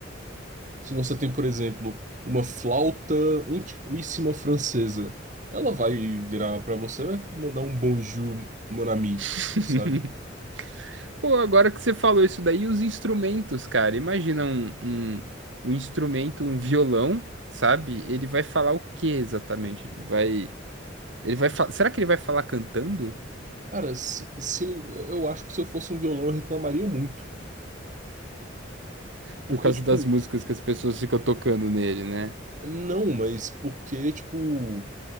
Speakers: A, on the right (about 40°); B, on the right (about 80°).
A: se você tem, por exemplo, uma flauta antiquíssima francesa, ela vai virar pra você, e vai mandar um bonjour, mon ami,
B: <laughs>
A: sabe?
B: Pô, agora que você falou isso daí, os instrumentos, cara. Imagina um, um, um instrumento, um violão, sabe? Ele vai falar o que exatamente? Ele vai, ele vai, fa- será que ele vai falar cantando?
A: Cara, se, se eu, eu acho que se eu fosse um violão eu reclamaria muito. Porque,
B: Por causa
A: tipo,
B: das músicas que as pessoas ficam tocando nele, né?
A: não, mas porque, tipo,